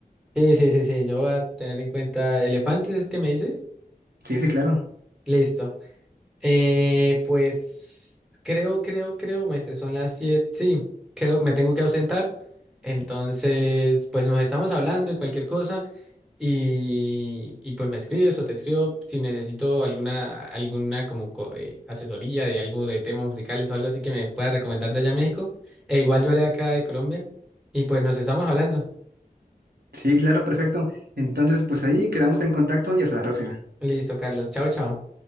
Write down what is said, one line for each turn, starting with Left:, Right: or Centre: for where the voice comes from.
Centre: Sí, sí, sí, sí. Yo voy a tener en cuenta elefantes, es que me dice.
Right: Sí, sí, claro.
Centre: Listo. Eh, pues creo, creo, creo, maestre, son las siete. Sí, creo, me tengo que ausentar. Entonces, pues nos estamos hablando y cualquier cosa. Y, y pues me escribes o te escribo si necesito alguna, alguna como co- eh, asesoría de algo de temas musicales o algo así que me pueda recomendar de allá a México. E igual yo haré acá de Colombia. Y pues nos estamos hablando.
Right: Sí, claro, perfecto. Entonces, pues ahí quedamos en contacto y hasta la próxima.
Centre: Listo, Carlos. Chao, chao.